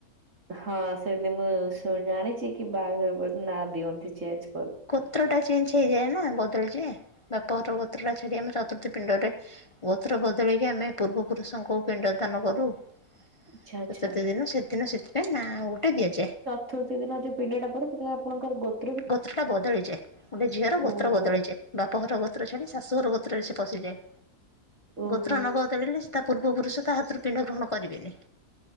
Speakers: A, on the right; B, on the left.
A: ହଁ, ସେମିତି ମୁଁ ଶୁ ଜାଣିଚି କି ବାହାଘର ପରେ ନା ଦିଅନ୍ତି ଚେଞ୍ଜ କ
B: ଗୋତ୍ରଟା ଚେଞ୍ଜ ହେଇଯାଏ ନା ବଦଳିଯାଏ। ବାପର ଗୋତ୍ର ଛାଡ଼ି ଆମେ ଚତୁର୍ଥୀ ପିଣ୍ଡରେ ଗୋତ୍ର ବଦଳେକି ଆମେ ପୂର୍ବ ପୁରୁଷଙ୍କୁ ପିଣ୍ଡ ଦାନ କରୁ। ଚତୁର୍ଥ
A: ଆଚ୍ଛା ଆଚ୍ଛା।
B: ଦିନ ସେଦିନ ସେଥିପାଇଁ ନା ଗୋଟେ ଦିଆଯାଏ।
A: ତୁର୍ଥ ଦିନ ଯଉ ପିଣ୍ଡଟା ପଡେ ସେଟା ଆପଣଙ୍କ ଗୋତ
B: ଗୋତ୍ରଟା ବଦଳିଯାଏ ଗୋଟେ ଝିଅର ଗୋତ୍ର
A: ଓହୋ।
B: ବଦଳିଯାଏ। ବାପଘର ଗୋତ୍ର ଛାଡ଼ି ଶାଶୁଘର ଗୋତ୍ରରେ ସେ ପଶିଯାଏ।
A: ଓହୋ
B: ଗୋତ୍ର ନବ ଳିଲେ ସେ ତା ପୂର୍ବ ପୁରୁଷ ତା ହାତରୁ ପିଣ୍ଡ ଗ୍ରହଣ କରିବେନି।